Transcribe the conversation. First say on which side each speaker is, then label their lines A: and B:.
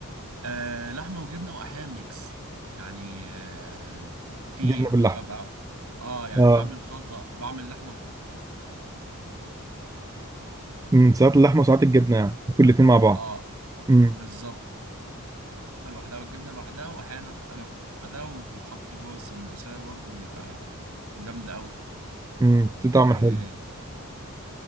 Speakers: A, on the right; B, on the right.
A: أه لحمة وجبنة وأحيانا ميكس يعني أه في
B: جبنه
A: ببقى
B: باللحمه
A: اه يعني
B: اه
A: بعمل خلطة بعمل لحمة
B: امم ساعات اللحمه وساعات الجبنه يعني ممكن الاثنين مع بعض
A: اه
B: امم
A: بالظبط لوحدها والجبنة لوحدها وأحيانا أنا لوحدها ويتحط جوه السمبوسة برضو بيبقى جامدة أوي
B: امم في طعم
A: و-
B: حلو